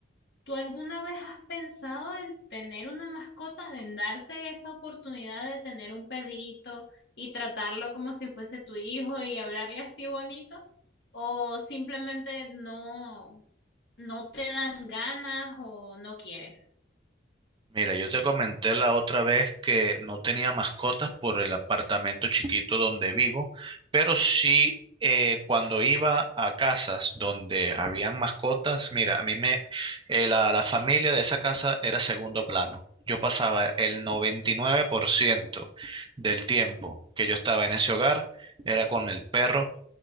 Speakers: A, on the left; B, on the right.
A: ¿Tú alguna vez has pensado en tener una mascota, en darte esa oportunidad de tener un perrito y tratarlo como si fuese tu hijo y hablarle así bonito? ¿O simplemente no, no te dan ganas o no quieres?
B: Mira, yo te comenté la otra vez que no tenía mascotas por el apartamento chiquito donde vivo, pero sí eh, cuando iba a casas donde habían mascotas, mira, a mí me, eh, la, la familia de esa casa era segundo plano. Yo pasaba el 99% del tiempo que yo estaba en ese hogar, era con el perro